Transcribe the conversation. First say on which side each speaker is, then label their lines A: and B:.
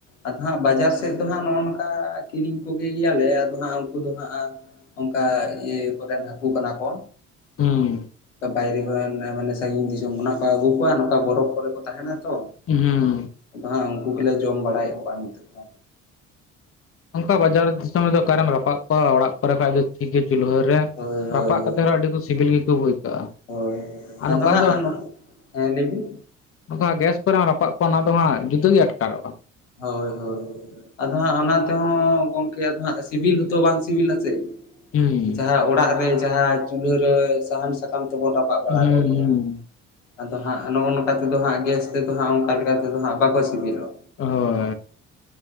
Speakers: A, on the left (about 80°); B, on the left (about 35°).
A: ᱟᱫᱚ ᱦᱟᱸᱜ ᱵᱟᱡᱟᱨ ᱥᱮᱫ ᱫᱚ ᱦᱟᱸᱜ ᱱᱚᱜᱼᱚ ᱱᱚᱝᱠᱟ ᱠᱤᱨᱤᱧ ᱠᱚᱜᱮ ᱜᱮᱭᱟᱞᱮ ᱟᱫᱚ ᱦᱟᱸᱜ ᱩᱱᱠᱩ ᱫᱚ ᱦᱟᱸᱜ ᱚᱱᱠᱟ ᱤᱭᱟᱹ ᱠᱚᱨᱮᱱ ᱦᱟᱹᱠᱩ ᱠᱟᱱᱟ ᱠᱚ᱾
B: ᱦᱩᱸ᱾
A: ᱵᱟᱭᱨᱮ ᱠᱷᱚᱱ ᱢᱟᱱᱮ ᱥᱟᱺᱜᱤᱧ ᱫᱤᱥᱚᱢ ᱠᱷᱚᱱᱟᱜ ᱠᱚ ᱟᱹᱜᱩ ᱠᱚᱣᱟ ᱱᱚᱝᱠᱟ ᱵᱚᱨᱚᱯ ᱠᱚᱨᱮ ᱠᱚ ᱛᱟᱸᱦᱮᱱᱟ ᱛᱚ᱾
B: ᱦᱩᱸ᱾
A: ᱟᱫᱚ ᱩᱱᱠᱩ ᱜᱮᱞᱮ ᱡᱚᱢ ᱵᱟᱲᱟᱭᱮᱫ ᱠᱚᱣᱟ ᱱᱤᱛᱚᱜ ᱫᱚ᱾
B: ᱚᱱᱠᱟ ᱵᱟᱡᱟᱨ ᱫᱤᱥᱚᱢ ᱨᱮ ᱚᱠᱟᱨᱮᱢ ᱨᱟᱯᱟᱜ ᱠᱚᱣᱟ ᱚᱲᱟᱜ ᱠᱚᱨᱮ ᱠᱷᱟᱡ ᱫᱚ ᱴᱷᱤᱠ ᱜᱮᱭᱟ ᱪᱩᱞᱦᱟᱹ ᱨᱮ,
A: ᱦᱳᱭ ᱦᱳᱭ
B: ᱨᱟᱯᱟᱜ ᱠᱟᱛᱮᱫ
A: ᱦᱳᱭ
B: ᱨᱮᱦᱚᱸ ᱟᱹᱰᱤ ᱠᱚ ᱥᱤᱵᱤᱞ ᱜᱮᱠᱚ ᱟᱹᱭᱠᱟᱹᱜᱼᱟ᱾
A: ᱦᱳᱭ
B: ᱟᱨ
A: ᱟᱫᱚ
B: ᱱᱚᱝᱠᱟ
A: ᱦᱟᱸᱜ ᱦᱮᱸ ᱞᱟᱹᱭ ᱵᱤᱱ᱾
B: ᱫᱚ ᱦᱟᱸᱜ ᱜᱮᱥ ᱠᱚᱨᱮᱢ ᱨᱟᱯᱟᱜ ᱠᱚᱣᱟ ᱚᱱᱟ ᱫᱚ ᱦᱟᱸᱜ ᱡᱩᱫᱟᱹ ᱜᱮ ᱟᱴᱠᱟᱨᱚᱜᱼᱟ᱾
A: ᱦᱳᱭ ᱦᱳᱭ᱾ ᱟᱫᱚ ᱦᱟᱸᱜ ᱚᱱᱟ ᱛᱮᱦᱚᱸ ᱜᱚᱢᱠᱮ ᱟᱫᱚ ᱦᱟᱸᱜ ᱥᱤᱵᱤᱞ ᱦᱚᱸᱛᱚ ᱵᱟᱝ ᱥᱤᱵᱤᱞᱟᱥᱮ᱾
B: ᱦᱩᱸ᱾
A: ᱡᱟᱦᱟᱸ ᱚᱲᱟᱜ ᱨᱮ, ᱡᱟᱦᱟᱸ ᱪᱩᱞᱦᱟᱹ ᱨᱮ, ᱥᱟᱦᱟᱱ ᱥᱟᱠᱟᱢ ᱛᱮᱵᱚᱱ ᱨᱟᱯᱟᱜ ᱵᱟᱲᱟ
B: ᱦᱩᱸ
A: ᱠᱚᱜᱮᱭᱟ᱾
B: ᱦᱩᱸ
A: ᱟᱫᱚ ᱦᱟᱸᱜ ᱱᱚᱜᱼᱚ ᱱᱚᱝᱠᱟ ᱛᱮᱫᱚ ᱦᱟᱸᱜ ᱜᱮᱥ ᱛᱮᱫᱚ ᱦᱟᱸᱜ ᱚᱱᱠᱟ ᱞᱮᱠᱟᱛᱮᱫᱚ ᱦᱟᱸᱜ ᱵᱟᱠᱚ ᱥᱤᱵᱤᱞᱚᱜᱼᱟ᱾
B: ᱦᱚ᱾